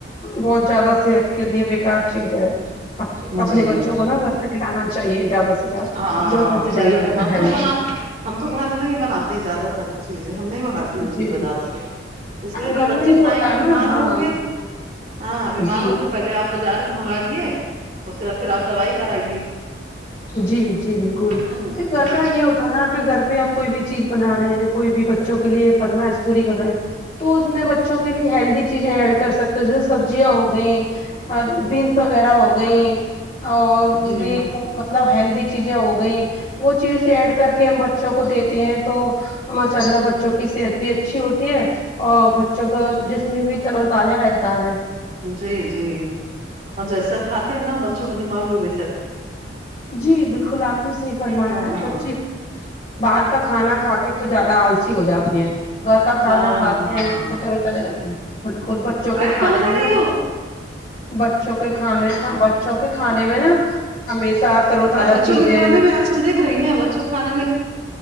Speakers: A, on the left; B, on the right.
A: بہت زیادہ صحت کے لیے بیکار چیز ہے اپنے
B: جی
A: بچوں کو نا گھر پہ کھلانا چاہیے زیادہ سے زیادہ
B: ہاں
A: زیادہ سے
B: صحیح
A: زیادہ
B: ہے
A: اور
B: ہم
A: ہیلدی
B: تو بنا ہم تو گھر میں ہی بناتے ہیں زیادہ تر چیزیں ہم نہیں منگاتے جلدی
A: جی
B: بازار سے اس لیے کہ
A: گھر
B: بچے
A: میں ہی
B: کھائیں
A: ہوتا
B: گے
A: ہے نا
B: بیمار
A: ہاں
B: ہوں گے ہاں بیمار
A: جی
B: ہوں گے پہلے آپ بازار کو منگائیے اس کے بعد پھر آپ دوائی کرائیے
A: جی جی بالکل
B: ہوں
A: پھر گھر
B: اب
A: کا
B: اچھا
A: یہ ہوتا نا کہ گھر پہ ہم کوئی بھی چیز بنا رہے ہیں کوئی بھی بچوں کے لیے فرمائش پوری کر رہے ہیں تو اس میں بچوں کے لیے ہیلدی چیزیں ایڈ کر سکتے جیسے سبزیاں ہو گئیں بینس وغیرہ ہو گئیں اور
B: جی
A: بھی مطلب ہیلدی چیزیں ہو گئی وہ چیزیں ایڈ کر کے ہم بچوں کو دیتے ہیں تو ماشاء اللہ بچوں کی صحت بھی اچھی ہوتی ہے اور بچوں کا جسم بھی تر و تازہ رہتا ہے
B: جی جی اور جیسا کھاتے ہیں نا بچوں کا دماغ بھی و
A: جی بالکل آپ نے صحیح فرمایا
B: ہاں
A: ہے بچی باہر کا کھانا کھا کے تو زیادہ آلسی ہو جاتے ہیں گھر کا کھانا
B: ہاں
A: کھاتے
B: ہاں
A: ہیں تو تر و تازہ <unintelligible> رہتے ہیں بالکل بچوں کے
B: آج
A: کھانے
B: پہنچا
A: میں
B: رہی
A: نا
B: ہو
A: بچوں کہ کھانے کا بچوں کے کھانے میں نا ہمیشہ تر و تازہ
B: اب بچوں
A: چیزیں
B: کے کھانے میں آج کل دیکھ رہی ہیں بچوں کے کھانے میں